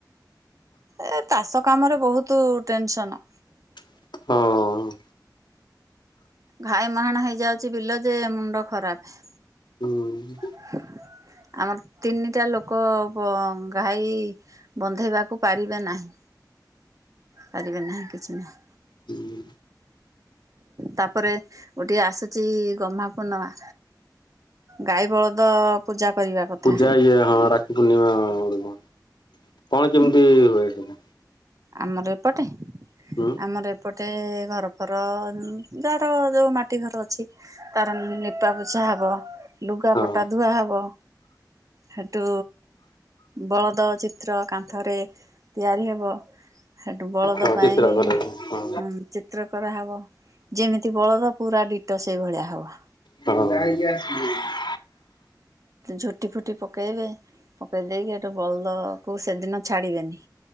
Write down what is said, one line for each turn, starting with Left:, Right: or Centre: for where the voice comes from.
Right: ଏ ଚାଷ କାମରେ ବହୁତ ଟେନସନ।
Left: ହଁ
Right: ଘାଇ ମୁହାଣ ହେଇଯାଉଚି ବିଲଯେ ମୁଣ୍ଡ ଖରାପ।
Left: ହୁଁ
Right: <inaudible> ଆମର ତିନିଟା ଲୋକ ଘାଇ ବନ୍ଧେଇବାକୁ ପାରିବେ ନାହିଁ। ପାରିବେ ନାହିଁ କିଛି ନାହିଁ।
Left: ହୁଁ
Right: ତାପରେ ଗୋଟିଏ ଆସୁଛି ଗହ୍ମା ପୂର୍ଣିମା। ଗାଈ ବଳଦ ପୂଜା କରିବା। କଥା
Left: ପୂଜା ଇଏ ହବ ରାକ୍ଷୀ ପୂର୍ଣିମା ବେଳକୁ କଣ କେମିତି ହୁଏ ସେଟା?
Right: ଆମର ଏପଟେ
Left: ହୁଁ
Right: ଆମର ଏପଟେ ଘରଫର ଯାର ଯୋଉ ମାଟି ଘର ଅଛି ତାର ନିପା ପୋଛା ହବ। ଲୁଗା
Left: ହଁ
Right: ପଟା ଧୁଆ ହବ। ସେଠୁ ବଳଦ ଚିତ୍ର କାନ୍ଥରେ ତିଆରି ହବ। ସେଠୁ ବଳଦ
Left: ହଁ
Right: ପାଇଁ
Left: ଚିତ୍ର କରାଯାଏ ହଁ
Right: ହୁଁ ଚି ଚିତ୍ର କରା ହବ। ଯେମିତି ବଳଦ ପୁରା ଡିଟୋ ସେଇଭଳିଆ ହବ।
Left: ହଁ କାହିଁକି ଆସିବୁ?
Right: ଝୋଟି ଫୋଟି ପକେଇବେ, ପକେଇ ଦେଇକି ହେଟୁ ବଳଦ କୁ ସେଦିନ ଛାଡିବେନି,